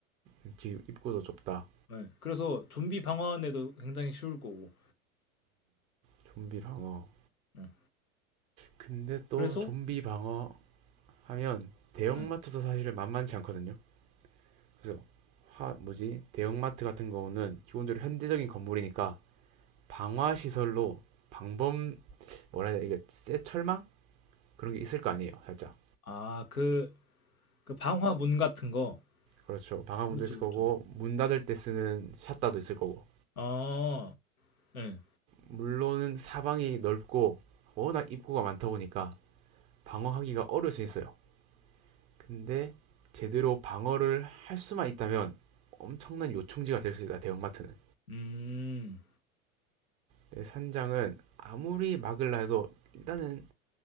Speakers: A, on the right; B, on the left.
A: 음, 입구도 좁다.
B: 예. 그래서 좀비 방어하는데도 굉장히 쉬울 거고.
A: 좀비 방어.
B: 예. 네.
A: 근데 또
B: 그래서
A: 좀비 방어 하면 대형마트도
B: 예.
A: 사실 만만치 않거든요. 그래서 하, 뭐지 대형마트 같은 경우는 기본적으로 현대적인 건물이니까 방화 시설로 방범 뭐라 해야 되나 이게 쇠 철망 그런 게 있을 거 아니에요, 살짝.
B: 아 그 그 방화문 같은 거.
A: 그렇죠. 방화문도
B: 그렇죠,
A: 있을
B: 그렇죠.
A: 거고 문 닫을 때 쓰는 샷다도 있을 거고.
B: 아 예.
A: 물론은 사방이 넓고 워낙 입구가 많다 보니까 방어하기가 어려울 수 있어요. 근데 제대로 방어를 할 수만 있다면 엄청난 요충지가 될 수 있다, 대형마트는.
B: 음.
A: 네, 산장은 아무리 막으려 해도 일단은